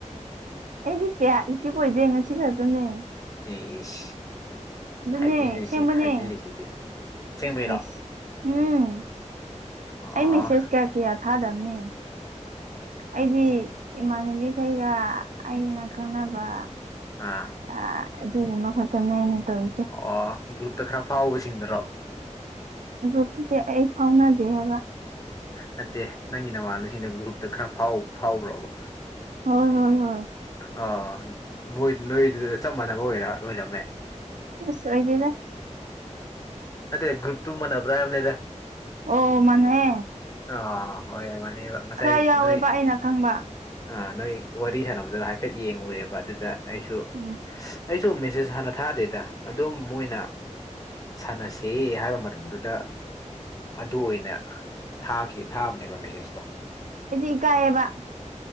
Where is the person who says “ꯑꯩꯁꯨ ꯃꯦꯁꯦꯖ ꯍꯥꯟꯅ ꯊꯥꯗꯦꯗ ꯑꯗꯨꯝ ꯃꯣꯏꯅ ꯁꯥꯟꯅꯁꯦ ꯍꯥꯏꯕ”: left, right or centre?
Left